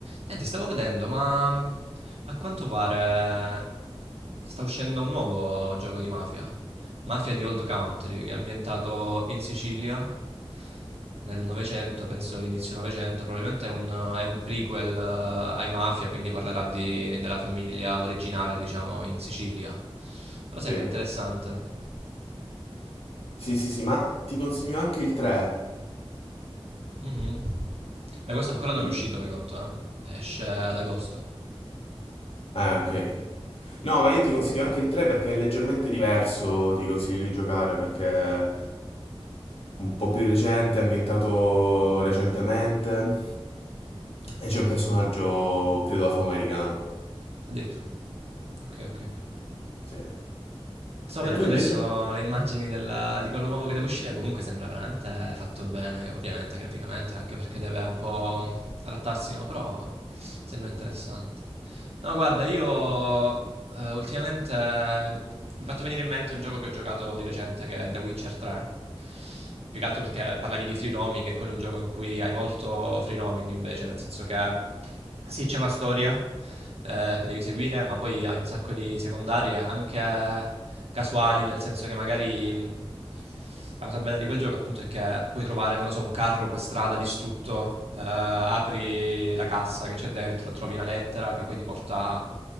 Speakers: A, on the right; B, on the left.
A: Senti, stavo vedendo, ma mm, a quanto pare sta uscendo un nuovo gioco di mafia. Mafia di Old Country, che è ambientato in Sicilia nel Novecento, penso inizio Novecento. Probabilmente è un, è un prequel eh, ai Mafia, quindi parlerà di- della famiglia originale, diciamo, in Sicilia. Però sembra
B: Sì.
A: interessante.
B: Sì, sì, sì, ma ti consiglio anche il 3
A: Mhm. Beh, questo ancora non
B: di
A: è uscito, fai conto, eh. Esce ad agosto.
B: Eh, ok. No, ma io ti consiglio anche il 3 perché è leggermente diverso, ti consiglio di giocare perché è un po' più recente, è ambientato recentemente
A: Ok.
B: e c'è un personaggio, credo, afroamericano.
A: Addirittura. Ok, ok.
B: Sì.
A: Sto vedendo
B: E tu invece?
A: adesso le immagini del- di quello nuovo che deve uscire, comunque sembra veramente fatto bene, ovviamente graficamente, anche perché deve un po' adattarsi, no? Però sembra interessante. No, guarda, io eh, ultimamente mi è fatto venire in mente un gioco che ho giocato di recente che è The Witcher 3 più che altro perché parlavi di free roaming e quello è un gioco in cui hai molto free roaming invece, nel senso che sì, c'è una storia eh, che devi seguire, ma poi hai un sacco di secondarie anche casuali, nel senso che magari mh, la cosa bella di quel gioco appunto è che puoi trovare, non lo so, un carro per strada distrutto, eh, apri la cassa che c'è dentro, trovi una lettera che poi ti porta